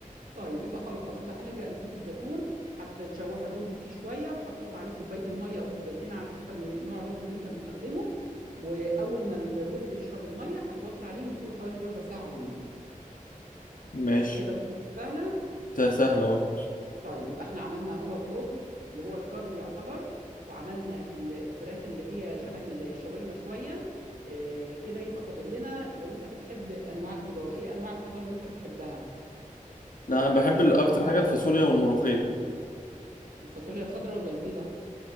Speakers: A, on the right; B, on the left.
A: طيب يبقى خلاص يبقى هنلجأ لزيت الزيتون هتشوح الرز فيه شويه وهتحط عليه كوبايه الميه او كوبايتين على حسب نوع الرز اللي انت مستخدمه واول ما الرز يشرب الميه هتوطي عليه وتسيبه حوالي ربع ساعه على النار
B: ماشي
A: كده الطريقه سهله
B: ده سهل اهو
A: طيب يبقى احنا عملنا هو رز اللي هو الكرب يعتبر وعملنا ال- الفراخ اللي هي شبه الشاورما شويه آه، كده يبقى فاضل لنا لو انت بتحب انواع الخضار ايه انواع الخضار اللي انت بتحبها
B: لا انا بحب ال- اكتر حاجه الفاصوليا والملوخيه
A: الفاصوليا الخضراء ولا البيضه